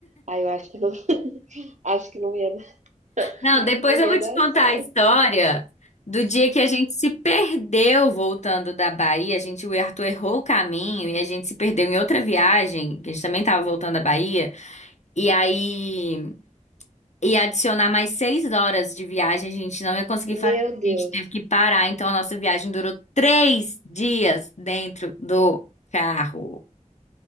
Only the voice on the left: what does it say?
Não, depois
eu vou
te contar
a história do dia que a gente se perdeu voltando da Bahia. A gente, o Arthur errou o caminho e a gente se perdeu em outra viagem, que a gente também estava voltando da Bahia. E aí ia adicionar mais seis horas de viagem, a gente não ia conseguir fazer.
A gente teve que parar, então a nossa viagem durou três dias dentro do carro.